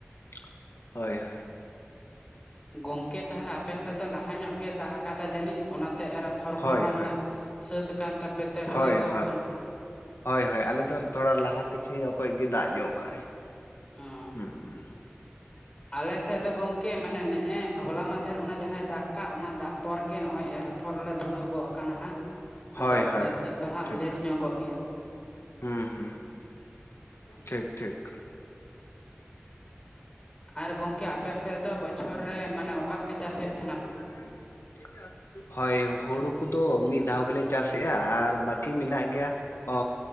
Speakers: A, on the left; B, on the left.
A: <unintelligible> ᱦᱳᱭ ᱦᱳᱭ᱾
B: ᱜᱚᱝᱠᱮ ᱛᱟᱦᱮᱞᱮ ᱟᱯᱮ ᱥᱮᱫ ᱫᱚ ᱞᱟᱦᱟ ᱧᱚᱜ ᱜᱮ ᱫᱟᱜ ᱟᱠᱟᱫᱟ ᱡᱟᱹᱱᱤᱡ ᱚᱱᱟᱛᱮ ᱮᱨ ᱯᱷᱚᱨ
A: ᱦᱳᱭ
B: ᱠᱚᱦᱚᱸ ᱢᱟᱱᱮ
A: ᱦᱳᱭ
B: ᱥᱟᱹᱛ ᱟᱠᱟᱱ ᱛᱟᱯᱮ ᱛᱮ ᱦᱩᱭ
A: ᱦᱳᱭ
B: ᱜᱚᱫ
A: ᱦᱳᱭ᱾
B: ᱟᱠᱟᱱᱟ ᱦᱟᱸᱜ
A: ᱦᱳᱭ ᱦᱳᱭ ᱟᱞᱮ ᱫᱚ ᱛᱷᱚᱲᱟ ᱞᱟᱦᱟ ᱠᱤᱪᱷᱩᱭ ᱧᱚᱜ ᱠᱷᱚᱱ ᱜᱮ ᱫᱟᱜ ᱧᱚᱜ ᱟᱠᱟᱜᱼ ᱟᱭ,
B: ᱚ
A: ᱦᱩᱸ ᱦᱩᱸ ᱾
B: <inaudible> ᱟᱞᱮ ᱥᱮᱫ ᱫᱚ ᱜᱚᱝᱠᱮ ᱢᱟᱱᱮ ᱱᱮᱜᱼᱮ ᱦᱚᱞᱟ ᱢᱟᱫᱷᱮᱨ ᱚᱱᱟ ᱡᱟᱦᱟᱸᱭ ᱫᱟᱜ ᱠᱟᱜ ᱚᱱᱟ ᱫᱟᱜ ᱯᱚᱨ ᱜᱮ ᱱᱚᱜᱼᱚᱭ ᱮᱨ ᱟᱯ ᱯᱷᱳᱨ ᱞᱮ ᱫᱷᱩᱨᱟᱹᱣ ᱜᱚᱜ ᱟᱠᱟᱱᱟ ᱦᱟᱸᱜ
A: ᱦᱳᱭ
B: ᱟᱫᱚ
A: ᱦᱳᱭ
B: ᱟᱞᱮᱥᱮᱫ
A: ᱦᱳᱭ
B: ᱫᱚ ᱦᱟᱸᱜ
A: ᱴᱷᱤᱠ
B: ᱞᱮᱴ ᱧᱚᱜᱚᱜ ᱜᱮᱭᱟ᱾
A: ᱦᱩᱸ ᱦᱩᱸ ᱴᱷᱤᱠ ᱴᱷᱤᱠ᱾
B: ᱟᱨ ᱜᱚᱝᱠᱮ ᱟᱯᱮᱥᱮᱫ ᱫᱚ ᱵᱚᱪᱷᱚᱨ ᱨᱮ ᱢᱟᱱᱮ ᱚᱠᱟ ᱞᱮᱠᱟ ᱪᱟᱥ ᱮᱫ
A: ᱟᱨ ᱛᱚᱵᱮ ᱪᱮᱫ ᱞᱮᱠᱟ? ᱦᱳᱭ ᱦᱩᱲᱩ ᱠᱚᱫᱚ ᱢᱤᱫ ᱫᱷᱟᱣ ᱜᱮᱞᱮ ᱪᱟᱥ ᱮᱜᱼᱟ ᱟᱨ ᱵᱟᱹᱠᱤ ᱢᱮᱱᱟᱜ ᱜᱮᱭᱟ, ᱚ